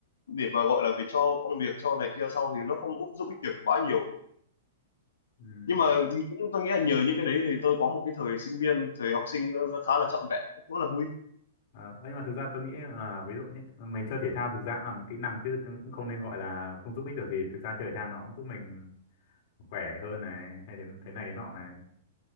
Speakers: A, on the left (about 80°); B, on the left (about 55°).
A: để mà gọi là về cho công việc cho này kia sau thì nó không giúp ích được quá nhiều
B: ừ
A: nhưng mà cũng tôi nghĩ là nhờ những cái đấy thì tôi có một cái thời sinh viên thời học sinh nó khá là trọn vẹn cũng rất là vui
B: Ờ, ơ, nhưng mà thực ra tôi nghĩ là ví dụ như mình chơi thể thao thực ra cũng là một kỹ năng chứ tôi cũng không nên gọi là không giúp ích được gì thực ra chơi thể thao nó cũng giúp mình khỏe hơn này hay thế, thế này thế nọ này